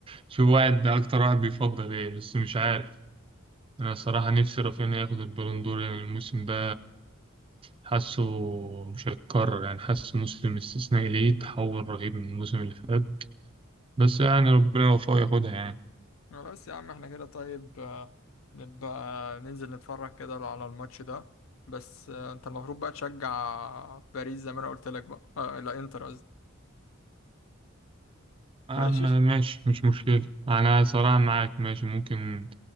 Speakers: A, on the right; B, on the left.
A: شوف واحد اكتر واحد بيفضل ايه بس مش عارف أنا صراحة نفسي رافينيا ياخد البالون دور يعني الموسم ده حاسه مش هيتكرر يعني حاسه موسم استثنائي ليه تحول رهيب من الموسم اللي فات بس يعني ربنا يوفقه ياخدها يعني
B: خلاص يا عم احنا كده طيب آه، نبقى ننزل نتفرج كده على الماتش ده بس آه، انت المفروض بقى تشجع باريس زي ما انا قلت لك بقى آه لا انتر قصدي
A: أما
B: ماشي
A: ماشي مش مشكلة أنا صراحة معاك ماشي ممكن